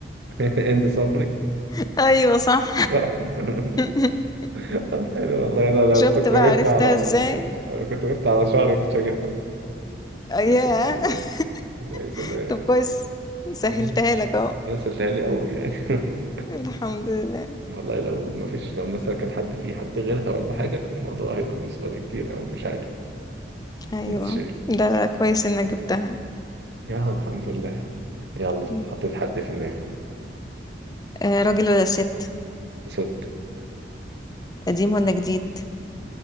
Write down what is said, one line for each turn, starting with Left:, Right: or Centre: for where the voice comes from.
Right: <laughs> هند صبري
Left: <laughs> أيوه صح
Right: صح
Left: <laughs>
Right: <laughs> طب حلو والله أنا لو
Left: شفت
Right: كنت
Left: بقى
Right: وقفت
Left: عرفتها
Right: على
Left: ازاي
Right: لو كنت وقفت على شعري كنت هجيبها
Left: آه، ياه
Right: طيب
Left: <laughs>
Right: كويس كويس
Left: طب كويس سهلتها
Right: والله
Left: لك اهو
Right: لا سهلتهالي أوي يعني <laughs>
Left: الحمد لله
Right: والله لو ما فيش لو مثلا كان حد فيه حد غيرها ولا حاجة كان الموضوع هيبقى بالنسبة لي كتير أوي مش عارف
Left: ايوه
Right: مش
Left: ده لا كويس انك جبتها
Right: يا الحمد لله يلا
Left: مم.
Right: حطيت حد في دماغي
Left: آه راجل ولا ست
Right: ست
Left: قديم ولا جديد